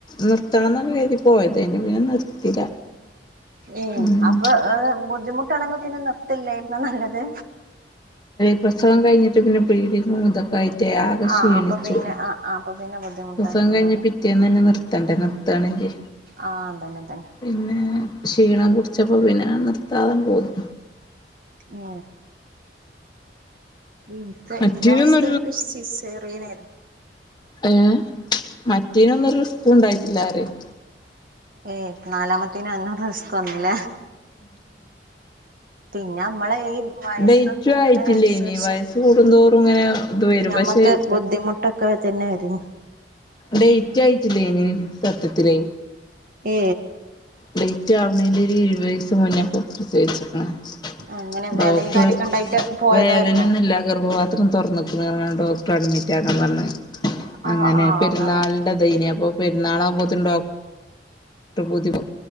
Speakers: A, on the left; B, on the right.
A: നിർത്തണംന്നൊക്കെ കര് തി പോയതേന്നു പിന്നെ നിർത്തീല.
B: ഏഹ്
A: ഉം
B: അപ്പൊ <unintelligible> നിർത്തില്ലായിരുന്നോ നല്ലത്
A: പ്രസവം കഴിഞ്ഞിടട്ട് പിന്നെ ബ്ലീഡിങ്ങും ഒക്കെതായിറ്റെ ആകെ
B: ആഹ്
A: ക്ഷീണിച്ചു
B: അപ്പൊ പിന്നെ ആഹ് അപ്പൊ പിന്നെ ബുദ്ധിമുട്ടായിട്ടുണ്ടാവില്ല
A: പ്രസവം കഴിഞ്ഞ് പിറ്റേന്നന്നെ നിർ നിർത്തണ്ടെ നിർത്താണെങ്കി
B: ആഹ് അതന്നെ അതന്നെ
A: പിന്നെ ക്ഷീണം പുടിച്ചപ്പോ പിന്നെ നിർത്താതൺ പോന്നു
B: ആ ഇൻക്ക്
A: മറ്റേനൊന്നും
B: ഇന്റെ അവസ്ഥ ഇൻക്ക് സിസേറിയനായിരുന്നു
A: ഏഹ് മറ്റീനൊന്നൊരു റിസ്കും ഇണ്ടായിട്ടില്ല റയേയ്
B: ഏയ് നാലാമത്തേന് അന്ന റിസ്ക് ഒന്നുംല്ല പിന്നെ നമ്മളെ ഈ വയസ്സ്
A: ടെറ്റു
B: കൂടുന്നതിനനുസരിച്ച്
A: ആയിട്ടില്ലേനിം വയസ്സ് കൂടുന്തോറും ഇങ്ങനെ ഇത് വരും
B: ഞമ്മക്ക്
A: പക്ഷെ
B: ബുദ്ധിമുട്ടൊക്കെ തന്നെ വരു
A: ഡേറ്റ് ആയിട്ടില്ലേന് സത്യത്തിലേ
B: ഏ
A: ഡേറ്റ് ആവണെന്റെ ഒരു ഇരുപത് വയസ് മുന്നേക്ക പ്രസവിച്ചിക്ക് ണ്
B: അങ്ങനെ
A: ഡോക്ർ
B: വേദന കാര്യൊക്കെ ഉണ്ടായിട്ട് പോയതായിരുന്നോ
A: വേദനയൊന്നല്ല ഗർഭവാത്ര അത്ര തുറന്നക്കുണ്ന്ന് പറഞ്ഞാണ്ട് ഡോക്ടർ അഡ്മിറ്റ് ആക്കാൻ പറഞ്
B: ആഹ്
A: അങ്ങനെ
B: ആഹ്
A: പെരുന്നാളിന്റെതൈനി
B: അങ്ങനെ
A: അപ്പൊ പെരുന്നാളാകുമ്പോത്തിന് <unintelligible>